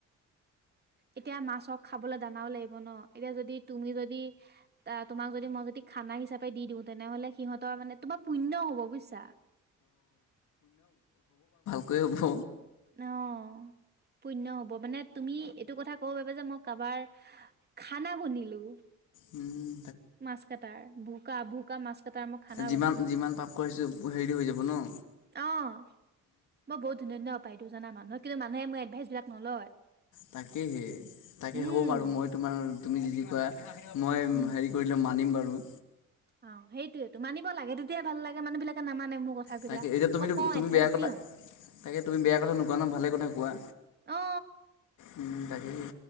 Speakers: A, on the right (about 35°); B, on the left (about 80°).
A: এতিয়া মাছক খাবলৈ দানাওঁ লাগিব ন, এতিয়া যদি তুমি যদি ত! তোমাক যদি মই যদি খানা হিচাপে দি দিওঁ। তেনেহলে সিহঁতৰ মানে তোমাৰ পুণ্য হ'ব বুজিছা।
B: ক'লেহে হ'ব।
A: অ'হ। পুণ্য হব, মানে তুমি এইটো কথা ক'ব পাৰিবা যে মই কাৰবাৰ খানা বনিলো।
B: উ'ম।
A: মাছ কটাৰ ভোকা ভোকা মাছ কটাৰ মই খানা
B: যিমান,
A: বনিলো
B: যিমান পাপ কৰাইছো। হেৰি হৈ যাব ন।
A: অ', মই বহুত ধুনীয়া, ধুনীয়া উপাই দিওঁতো জানা। মানুহক কিন্তু মানুহে মোৰ এডভাইচ বিলাক নলয়।
B: তাকেহে তাকে
A: উম
B: হ'ব বাৰু মই তোমাৰ, তুমি যি, যি কোৱা। মই
A: উম
B: হেৰি কৰিলো মানিম বাৰু।
A: অ, সেইটোয়েটো মানিব লাগে তেতিয়া ভাল লাগে মানুহ বিলাকে নামানে মোক কথাবিলাক
B: তাকে এতিয়া তুমিতো
A: মই কওঁ
B: তুমি
A: এডভাইচ
B: বেয়া কথা
A: দিওঁ।
B: তাকে তুমি বেয়া কথা নোকোৱা ন ভালে কথা কোৱা।
A: অ
B: উ'ম, তাকেই।